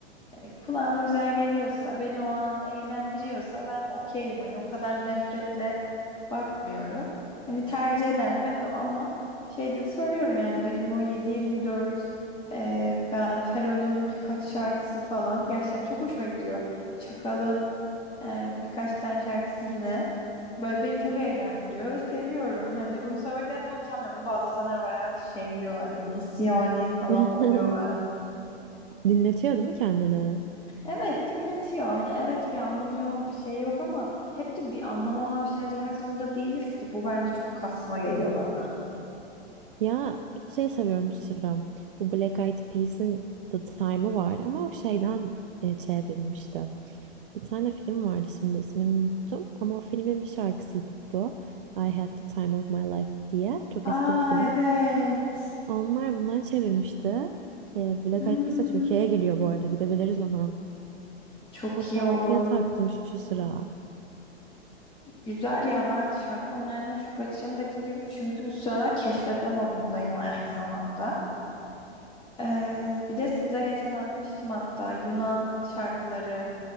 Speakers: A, on the left; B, on the right.
A: Yani kulağıma güzel geliyorsa, beni o an eğlendiriyorsa ben okeyim. Hani o kadar nefretle bakmıyorum. Hani tercih eder miyim etmem ama şey de söylüyorum yani benim o 7-24 e, Ben Fero'nun birkaç şarkısı falan gerçekten çok hoşuma gidiyor. Çakal'ın e, birkaç tane şarkısı yine böyle beni çok eğlendiriyor ve seviyorum. Hani bunu söylemekten de utanmıyorum. Bazı insanlar bayağı şeyimliyorlar beni. Nasıl yani falan
B: <laughs>
A: oluyorlar.
B: Dinletiyor değil mi kendini?
A: Evet dinletiyor. Hani evet bir anlamı yok, bir şey yok ama hep de bir anlamı olan bir şeyler dinlemek zorunda değiliz ki. Bu bence çok kasma geliyor bana.
B: Ya bir de şey seviyorum Sıra. Bu Black Eyed Peas'in The Time'ı var ama o şeyden e, çevrilmişti. Bir tane film vardı şimdi ismini unuttum ama o filmin bir şarkısıydı bu. I Had The Time Of My Life diye. Çok
A: Aa
B: eski bir film.
A: evet.
B: Onlar bundan çevirmişti. Ee, Black
A: Hmm,
B: Eyed Peas de Türkiye'ye geliyor bu arada. Gidebiliriz ona.
A: çok
B: O şarkıya
A: iyi olur.
B: taktım şu sıra.
A: Güzel ya ben şarkı önerilerine çok açığım dediğim gibi çünkü bu sıralar keşfetme modundayım aynı zamanda. Ee, bir de size geçen atmıştım hatta Yunan şarkıları.